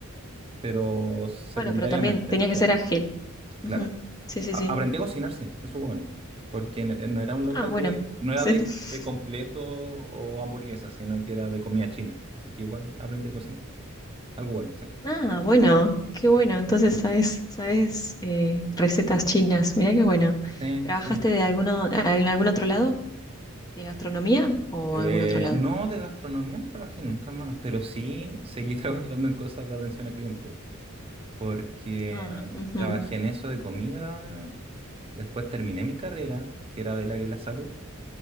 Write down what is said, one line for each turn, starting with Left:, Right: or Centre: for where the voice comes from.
Right: pero secundariamente,
Left: Bueno, pero también tenías que
Right: claro,
Left: ser ágil.
Right: claro.
Left: Ujú. Sí, sí,
Right: A-
Left: sí.
Right: aprendí a cocinar, sí, eso fue bueno. Porque n- eh, no era un local
Left: Ah, bueno.
Right: de, no era
Left: Sí.
Right: de,
Left: <laughs>
Right: de completo o hamburguesas, sino que era de comida china. Así que igual aprendí a cocinar. Algo bueno, saqué.
Left: Ah, bueno, qué bueno. Entonces sabes, sabes eh, recetas chinas. Mirá qué bueno.
Right: Sí,
Left: ¿Trabajaste
Right: sí.
Left: de alguno, en algún otro lado? ¿De gastronomía o
Right: Eh,
Left: algún otro lado?
Right: no, de gastronomía no trabajé nunca más, pero sí seguí <laughs> trabajando en cosas de atención a clientes. porque
Left: Ah, ujú,
Right: trabajé en eso de comida, después terminé mi carrera, que era del área de la salud,